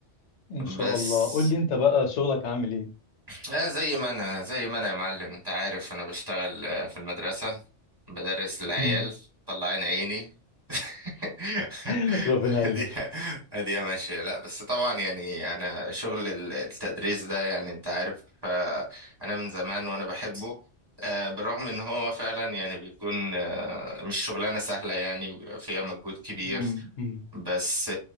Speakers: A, on the left; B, on the right.
A: ان شاء
B: بس
A: الله قول لي انت بقى شغلك عامل ايه
B: لا زي ما انا زي ما انا يا معلم انت عارف انا بشتغل آه، في المدرسة بدرس العيال
A: امم
B: طلعين عيني <laughs>
A: <laughs> ربنا يعينك
B: دي دي ماشية لا بس طبعا يعني انا شغل ال- التدريس ده يعني انت عارف آه، انا من زمان وانا بحبه آه، بالرغم ان هو فعلا يعني بيكون آه، مش شغلانة سهلة يعني بيبقى فيها مجهود كبير
A: امم امم
B: بس